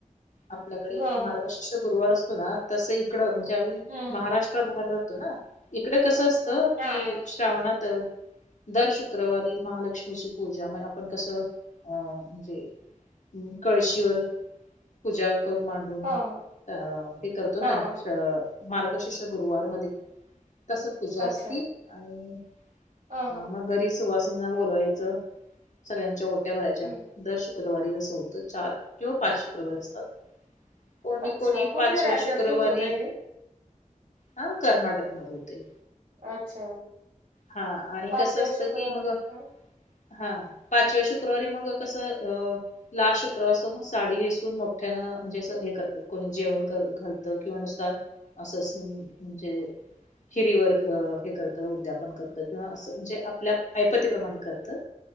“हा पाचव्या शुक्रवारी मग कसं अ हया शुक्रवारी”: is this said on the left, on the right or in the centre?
Left